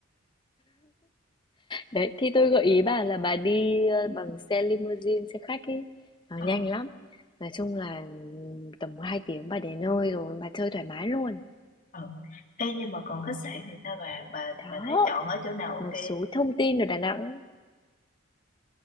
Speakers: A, on the left (about 25°); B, on the left (about 40°).
A: Đấy, thì tôi gợi ý bà là bà đi, ờ, bằng xe limousine, xe khách ấy, nó
B: ờ
A: nhanh lắm. Nói chung là, tầm 2 tiếng bà đến nơi rồi, bà chơi thoải mái luôn.
B: ờ Ê, nhưng mà còn khách sạn thì sao bà bà
A: Đó,
B: bà thấy chọn ở chỗ nào ok
A: một số thông tin ở Đà Nẵng.